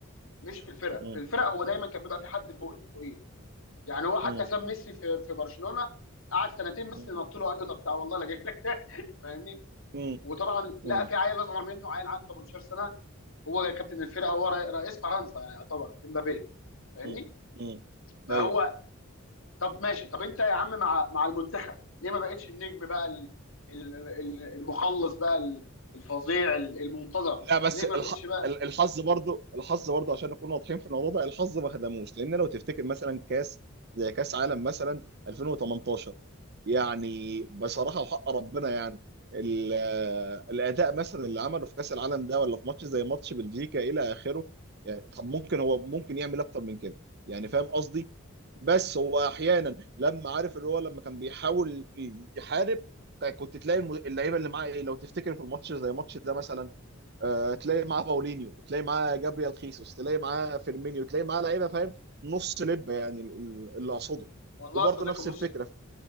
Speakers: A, on the left; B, on the right.
A: مش في الفرق
B: م-
A: في الفرق هو دايما كان بيبقى في حد فوق فوقيه يعني هو حتى
B: م-
A: ساب ميسي في في برشلونه قعد سنتين ميسي
B: م-
A: نط له قال له طب تعالى والله لا جاي لك <laughs> فاهمني
B: م-
A: وطبعا
B: م-
A: لقى في عيل اصغر منه عيل عنده 18 سنه هو كابتن الفرقه هو رئي- رئيس فرنسا يعني يعتبر امبابي فاهمني
B: م- م-
A: فهو
B: ايوه
A: طب ماشي طب انت يا عم مع مع المنتخب ليه ما بقتش النجم بقى ال- ال- ال- المخلص بقى ال- الفظيع ال- المنتظر
B: لا بس
A: ليه
B: الح...
A: ما بقتش بقى
B: ال- الحظ برضو الحظ برضو عشان نكون واضحين في الموضوع ده الحظ ما خدموش لان لو تفتكر مثلا كاس زي كاس عالم مثلا 2018 يعني بصراحه وحق ربنا يعني ال... الاداء مثلا اللي عمله في كاس العالم ده ولا في ماتش زي ماتش بلجيكا الى اخره يعني طب ممكن هو ممكن يعمل اكتر من كده يعني فاهم قصدي بس هو احيانا لما عارف اللي هو لما كان بيحاول يحارب كنت تلاقي الم- اللعيبه اللي معاه ايه لو تفتكر في الماتش زي ماتش ده مثلا آه، تلاقي معاه باولينيو تلاقي معاه جابريال خيسوس تلاقي معاه فيرمينيو تلاقي معاه لعيبه فاهم نص لب يعني ال- ال- اللي اقصده
A: والله
B: وبرضه
A: يا صديقي
B: نفس
A: بص
B: الفكره